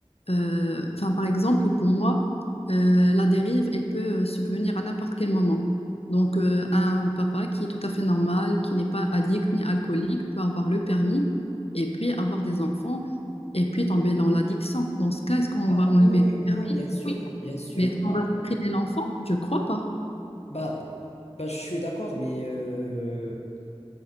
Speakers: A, on the left (about 70°); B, on the left (about 85°).
A: euh, enfin, par exemple, pour moi, euh, la dérive, elle peut euh, subvenir à n'importe quel moment. Donc, euh, un papa qui est tout à fait normal, qui n'est pas addict ni alcoolique, peut avoir le permis et puis avoir des enfants et puis tomber dans l'addiction. Dans ce cas, est-ce qu'on
B: Ah,
A: va enlever
B: oui, oui,
A: le
B: oui,
A: permis?
B: bien sûr,
A: Oui.
B: bien sûr.
A: Mais est-ce qu'on
B: Ah,
A: va supprimer l'enfant? Je crois pas.
B: Bah, bah, je suis d'accord, mais euh,